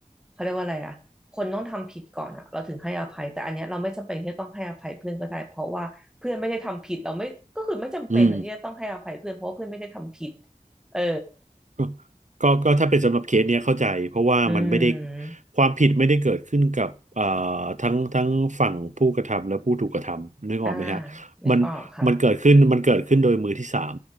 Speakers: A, in the centre; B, on the right.
A: เขาเรียกว่าอะไรอะคนต้องทำผิดก่อนอะเราถึงให้อภัยแต่อันเนี้ยเราไม่จำเป็นที่จะต้องให้อภัยเพื่อนก็ได้เพราะว่าเพื่อนไม่ได้ทำผิดเราไม่ก็คือไม่จำเป็นอะที่จะต้องให้อภัยเพื่อนเพราะว่าเพื่อนไม่ได้ทำผิด
B: อืม
A: เออ
B: ก็ก็ก็ถ้าเป็นสำหรับเคสเนี้ยเข้าใจเพราะว่ามันไม่ได้
A: อืม
B: ความผิดไม่ได้เกิดขึ้นกับเอ่อทั้งทั้งฝั่งผู้กระทำและผู้ถูกกระทำนึกออกไหมฮะ
A: อ่านึกออกค่ะ
B: มันมันเกิดขึ้นมันเกิดขึ้นโดยมือที่สาม